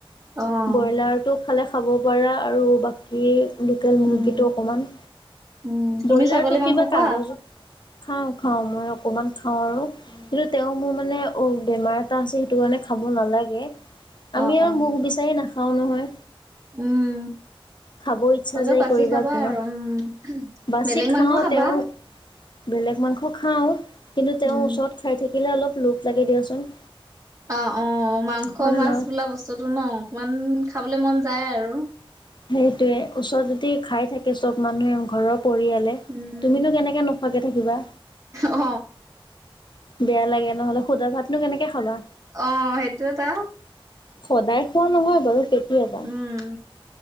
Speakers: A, on the right; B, on the left.
A: অ',
B: ব্ৰইলাৰতটো খালে খাব পাৰা আৰু বাক- স লোকেল মুৰ্গীটো
A: উম,
B: অকমান
A: উম, তুমি
B: ব্ৰইলাৰটো
A: ছাগলী মাংস
B: কিবা
A: খোৱা?
B: কাগজত খাওঁ খাওঁ। মই অকমান খাওঁ আৰু
A: উম,
B: কিন্তু তেওঁ মোৰ মানে অ' বেমাৰ এটা আছে সেইটো কাৰণে খাব নালাগে আমি
A: অ',
B: আৰু
A: অ',
B: মুখ বিচাৰি নাখ- খাওঁ নহয়।
A: উম
B: খাব ইচ্ছা
A: হ'লেও
B: যায়
A: বাচি
B: কৰিবা
A: খাবা
B: কিনো
A: আৰু উম
B: বাচি
A: বেলেক
B: খাওঁ
A: মাংস খাবা?
B: তেওঁ বেলেগ মাংস খাওঁ কিন্তু তেওঁ
A: উম।
B: ওচৰত খাই থাকিলে অলপ লোপ লাগে দিয়াচোন।
A: অ' অ' মাংস
B: হয় নে
A: মাছ
B: নহয়?
A: বোলা বস্তুটো ন অকমান খাবলে মন যায় আৰু।
B: সেই টোৱে, ওচৰত যদি খাই থাকে চব মানুহে ঘৰৰ পৰিয়ালে,
A: উম
B: তুমিনো কেনেকে নোখোৱাকে থাকিবা?
A: অ।
B: বেয়া লাগে নহ'লে সুদা ভাতনো কেনেকে খাবা।
A: অ সেইটো এটা।
B: সদায় খোৱা নহয় বাৰু কেতিয়াবা।
A: উম,